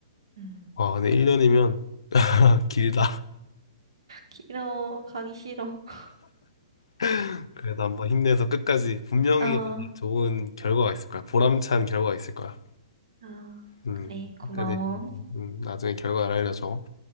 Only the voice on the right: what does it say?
응.
싫어, 가기 싫어. <laughs>
아,
아,
그래, 고마워.